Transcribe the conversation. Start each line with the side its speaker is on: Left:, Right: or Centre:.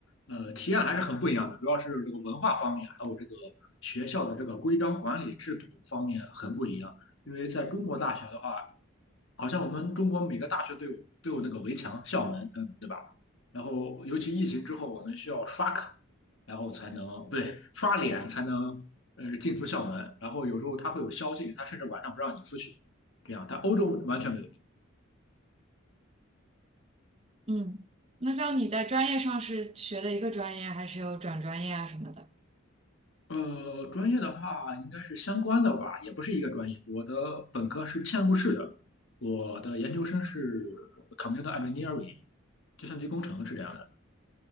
Left: 的，呃，体验还是很不一样的，主要是这个文化方面，还有这个学校的这个规章管理制度方面很不一样。因为在中国大学的话，好像我们中国每个大学都有都有那个围墙、校门等等，对吧？然后尤其疫情之后，我们需要刷卡，然后才能不对刷脸才能呃进出校门。然后有时候他会有宵禁，他甚至晚上不让你出去。这样，但欧洲完全没有。
Right: 嗯，那像你在专业上是学的一个专业，还是有转专业啊什么的？
Left: 呃，专业的话应该是相关的吧，也不是一个专业。我的本科是嵌入式的，我的研究生是 computer engineering，计算机工程是这样的。